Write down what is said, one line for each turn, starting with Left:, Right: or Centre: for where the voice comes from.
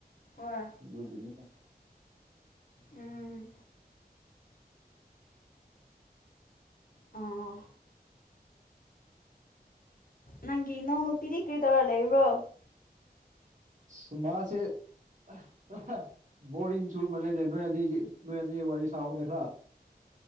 Left: ꯍꯣꯢ
Right: ꯑꯗꯨꯒꯤꯅꯤꯗ
Left: ꯎꯝ ꯑꯥ ꯅꯪꯒꯤ ꯏꯅꯥꯎꯅꯨꯄꯤꯗꯤ ꯀꯔꯤ ꯇꯧꯔ ꯂꯩꯕ꯭ꯔꯣ
Right: <unintelligible> <unintelligible> ꯕꯣꯔꯤꯡ ꯆꯨꯃꯥꯟꯂꯦ ꯅꯣꯏ ꯑꯅꯤꯒꯤ ꯅꯣꯏ ꯑꯅꯤ ꯋꯥꯔꯤ ꯁꯥꯎꯅꯦ ꯈꯔ